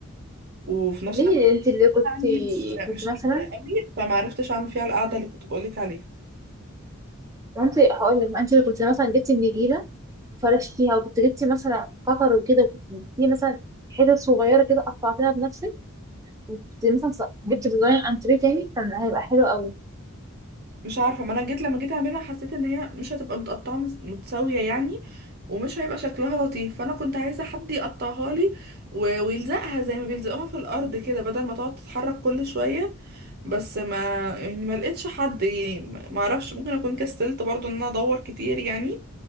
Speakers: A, on the right; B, on the right.
A: وفي نفس
B: ليه
A: الوقت
B: انت اللي كنت
A: أنا عندي مش
B: كنت
A: مش كتيرة
B: مثلا
A: قوي فما عرفتش اعمل فيها القعده
B: مم.
A: اللي كنت بقولك عليها
B: وانت هقول لك ما انت اللي كنت مثلا جبتي النجيله وفرشتيها وكنت جبتي مثلا قطر وكده وكنت جبتي مثلا حتت صغيره كده قطعتيها بنفسك وكنت مثلا ص- جبت ديزاين انتريه تاني كان هيبقى حلو قوي
A: مش عارفه ما انا جيت لما جيت اعملها حسيت ان هي مش هتبقى متقطعه مس- متساويه يعني ومش هيبقى شكلها لطيف فانا كنت عايزه حد يقطعها لي و- ويلزقها زي ما بيلزقوها في الارض كده بدل ما تقعد تتحرك كل شويه بس ما يعني ما لقيتش حد يعني ما اعرفش ممكن اكون كسلت برضو ان انا ادور كتير يعني